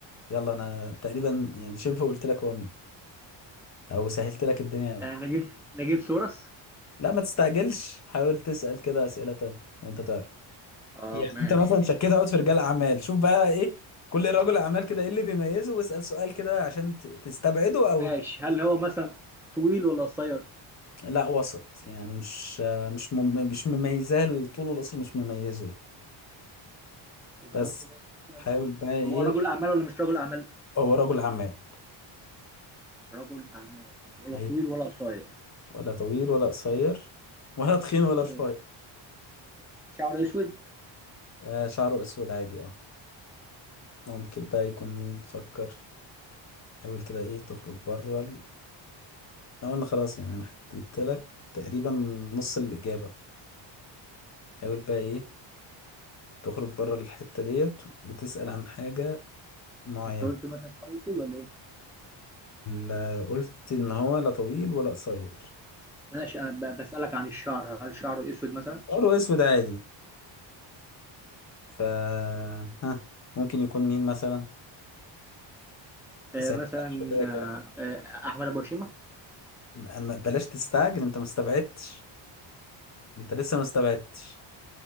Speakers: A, on the left (about 35°); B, in the centre.
A: يلا انا تقريبا يعني شبه قلت لك هو مين او سهلت لك الدنيا قوي
B: آه، نجيب نجيب سورس
A: لا ما تستعجلش حاول تسأل كده اسئلة تانية وانت تعرف
B: اه
A: يعني
B: ماشي
A: انت مثلا شكيت اهوت في رجال اعمال شوف بقى ايه كل رجل اعمال كده ايه اللي بيميزه واسال سؤال كده عشان ت- تستبعده او
B: ماشي هل هو مثلا طويل ولا قصير؟
A: لا وسط يعني مش مش مم... مش مميزاه الطول والقصر مش مميزه يعني.
B: انت
A: بس
B: قلت بقى كده
A: حاول
B: مش- صح.
A: بقى ايه
B: هو رجل أعمال ولا مش رجل أعمال؟
A: هو رجل اعمال
B: رجل أعمال ولا
A: ايوه
B: طويل ولا قصير
A: ولا طويل ولا قصير ولا تخين ولا رفيع
B: إيه. شعره أسود
A: آه شعره اسود عادي اه ممكن بقى يكون مين فكر حاول كده ايه تخرج بره ال... احنا قلنا خلاص يعني انا حددت لك تقريبا نص الاجابه حاول بقى ايه تخرج بره الحتة ديت وتسأل عن حاجة معينة
B: انت قلت مثلا شعره أسود ولا إيه؟
A: لا قلت ان هو لا طويل ولا قصير
B: ماشي أنا ب- بسألك عن الشعر هل شعره أسود مثلا؟
A: حمار واسود عادي ف ها ممكن يكون مين مثلا
B: آه
A: هسألك
B: مثلا
A: شوية
B: آه آه أحمد أبو هشيمة
A: كمان ما- بلاش تستعجل انت ما استبعدتش انت لسه ما استبعدتش